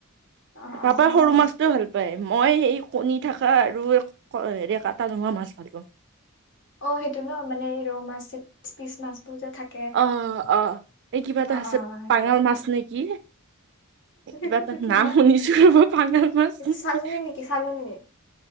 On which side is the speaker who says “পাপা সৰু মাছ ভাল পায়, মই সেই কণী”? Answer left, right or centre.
Right